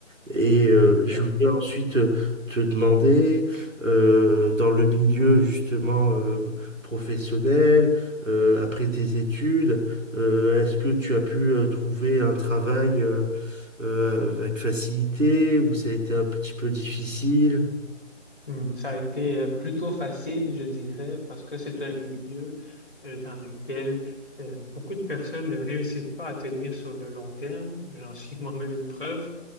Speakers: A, on the right; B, on the left.
A: Et euh, je
B: mm.
A: voulais ensuite euh, te demander, euh, dans le milieu justement euh, professionnel, euh, après tes études, euh, est-ce que tu as pu euh, trouver un travail euh, euh, avec facilité ou ça a été un petit peu difficile?
B: Hmm, Ça a été euh, plutôt facile, je dirais, parce que c'est un milieu euh, dans lequel euh, beaucoup de personnes ne réussissent pas à tenir sur le long terme. J'en suis moi-même une preuve.